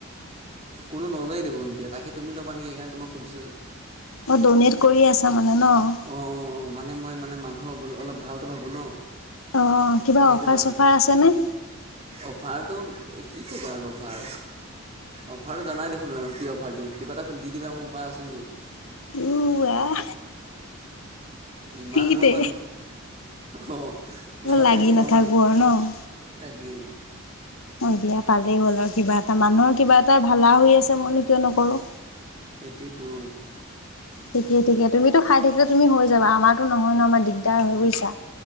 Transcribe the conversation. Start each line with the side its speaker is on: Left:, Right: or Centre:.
Right: কোনো নলয়ে দেখোন এতিয়া তাকেই তুমি লবা নেকি সেইকাৰণে মই সুধিছোঁ?
Left: অ ড'নেট কৰি আছা মানে ন?
Right: অঁ অঁ অঁ মানে মই মানে মানুহৰ অলপ ভালটো ভাবোঁ ন।
Left: অঁ কিবা
Right: সেইটো
Left: অফাৰ
Right: কাৰণে
Left: চফাৰ আছেনে?
Right: অফাৰটো কি ক'বা আৰু অফাৰ। অফাৰটো জানাই দেখোন আৰু কি অফাৰ দিওঁ কিবা এটা দি দিবা মোক বাচ হৈ গ'ল।
Left: উ আহ
Right: ইমান
Left: ফ্ৰীতে
Right: মই ইমান অ ইমান
Left: লাগি
Right: টেনচন
Left: নাথাকো
Right: নলওঁ।
Left: আৰু ন।
Right: তাকেই! !
Left: অঁ দিয়া পালেই হ'ল আৰু কিবা এটা মানুহৰ কিবা এটাই ভালা হৈ আছে মইনো কিয় নকৰোঁ।
Right: সেইটোৱেতো
Left: ঠিকেই ঠিকে তুমিতো খাই থাকিলে তুমি হৈ যাবা আমাৰটো নহয় ন। আমাৰ দিগদাৰ হয় বুইছা?